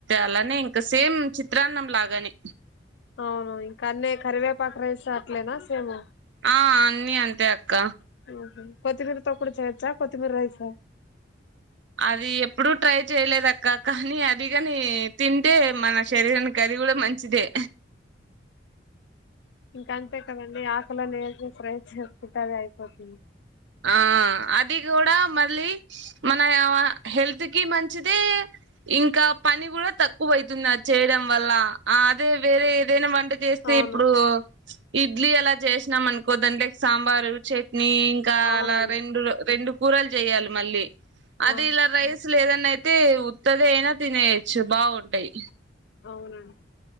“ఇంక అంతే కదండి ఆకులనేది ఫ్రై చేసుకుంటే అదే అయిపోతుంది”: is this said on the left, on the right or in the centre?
Left